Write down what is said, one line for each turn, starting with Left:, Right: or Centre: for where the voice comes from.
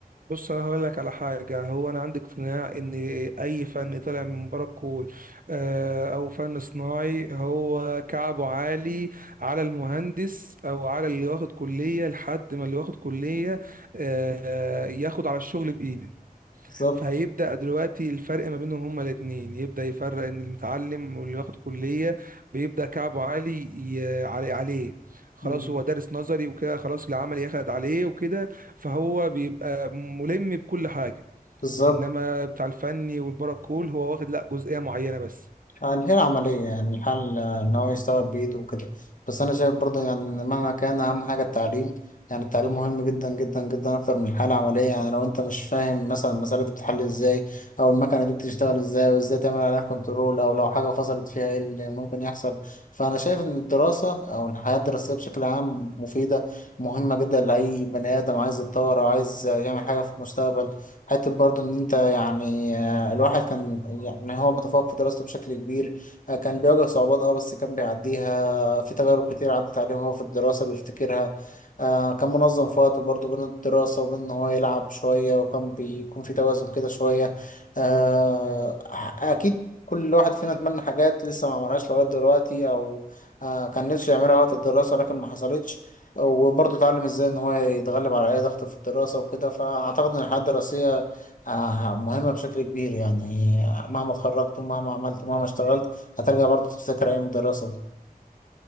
Right: بص انا هقول لك على حاجه هو انا عندي اقتناع ان اي فن طالع من بره الكول آه، او فن صناعي هو كعبه عالي على المهندس او على اللي واخد كليه لحد ما اللي واخد كليه آه، ياخد على الشغل بايده
Left: بالظبط
Right: فهيبدأ دلوقتي الفرق ما بينهم هما الاتنين يبدأ يفرق ان المتعلم واللي واخد كلية بيبدأ كعبه عالي ي- علي عليه خلاص
Left: مم.
Right: هو دارس نظري وكده خلاص العمل أخد عليه وكده فهو بيبقى ملم بكل حاجة
Left: بالظبط
Right: انما بتاع الفني والبرا كول هو واخد لا جزئية معينة بس
Left: هي العملية يعني الحل إن هو يشتغل بإيده وكده بس أنا شايف برضه يعني إن مهما كان أهم حاجة التعليم يعني التعليم مهم جدا جدا جدا أكتر من الحالة العملية يعني لو أنت مش فاهم مثلا المسألة دي بتتحل إزاي أو المكنة دي بتشتغل إزاي وإزاي تعمل عليها كنترول أو لو حاجة فصلت فيها إيه اللي ممكن يحصل فأنا شايف إن الدراسة أو الحياة الدراسية بشكل عام مفيدة مهمة جدا لأي بني آدم عايز يتطور أو عايز يعمل حاجة في المستقبل حتى برضه إن أنت يعني آه، الواحد كان يعني هو متفوق في دراسته بشكل كبير آه، كان بيواجه صعوبات اه بس كان بيعديها في تجارب كتير عدت عليه وهو في الدراسة بيفتكرها آه، كان منظم في وقته برضه بين الدراسة وبين إن هو يلعب شوية وكان بيكون في توازن كده شوية آه، أكيد كل واحد فينا اتمنى حاجات لسه ما عملهاش لغاية دلوقتي أو آه، كان نفسه يعملها وقت الدراسة لكن ما حصلتش وبرضه اتعلم ازاي ان هو يتغلب على اي ضغط في الدراسة وكده فاعتقد ان الحياة الدراسية آه، مهمة بشكل كبير يعني مهما اتخرجت ومهما عملت ومهما اشتغلت هترجع برضه تفتكر أيام الدراسة دي